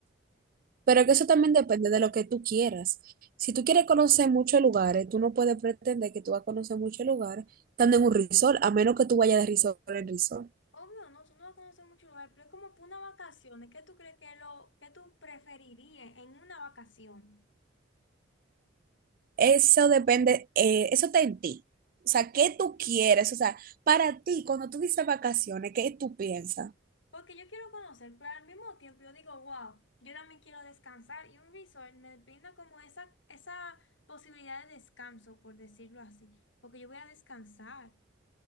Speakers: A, on the right (about 45°); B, on the left (about 75°).
A: Pero que eso también depende de lo que tú quieras. Si tú quieres conocer muchos lugares, tú no puedes pretender que tú vas a conocer muchos lugares estando en un resort, a menos que tú vayas de resort en resort.
B: Obvio, no, tú no vas a conocer mucho lugar, pero es como para una vacación. ¿Qué tú crees que es lo que tú preferirías en una vacación?
A: Eso depende, eh, eso está en ti. O sea, ¿qué tú quieres? O sea, para ti, cuando tú dices vacaciones, ¿qué tú piensas?
B: Porque yo quiero conocer, pero al mismo tiempo yo digo, wow, yo también quiero descansar y un resort me brinda como esa, esa posibilidad de descanso, por decirlo así, porque yo voy a descansar.